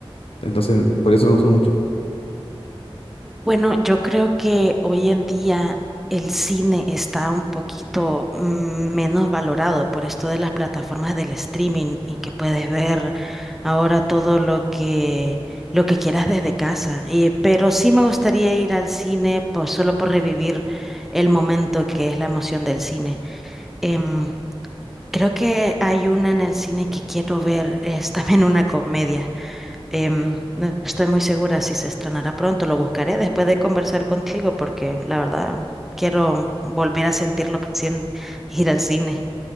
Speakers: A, on the left; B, in the centre.
A: Entonces, por eso me gustó mucho.
B: Bueno, yo creo que hoy en día el cine está un poquito mm, menos valorado por esto de las plataformas del streaming y que puedes ver ahora todo lo que lo que quieras desde casa. Y- pero sí me gustaría ir al cine pues, solo por revivir el momento que es la emoción del cine. Em, creo que hay una en el cine que quiero ver, es también una comedia. Em, no estoy muy segura si se estrenará pronto. Lo buscaré después de conversar contigo porque la verdad quiero volver a sentir lo que siento ir al cine.